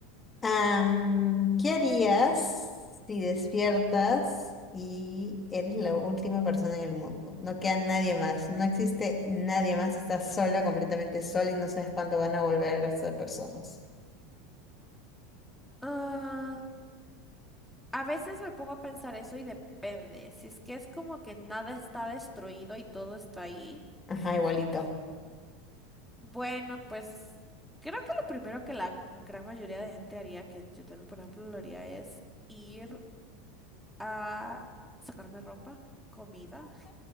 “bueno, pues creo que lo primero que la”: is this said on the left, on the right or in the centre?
Centre